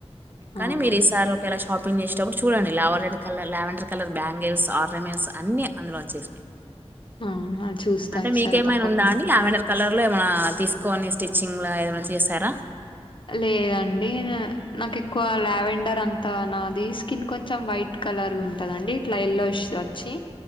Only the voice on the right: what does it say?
కానీ
మీరు ఈసారి ఒక వేళ షాపింగ్ చేసేటప్పుడు చూడండి లావెడ్ colour lavender colour bangles ornaments అన్ని అందులో వచ్చేస్తాయి
అంటే
మీకేమైనా
ఉందా అని లావెండర్ కలర్ లో ఏమ తీసుకోని స్టిచ్చింగ్ ఏమన్నా చేసారా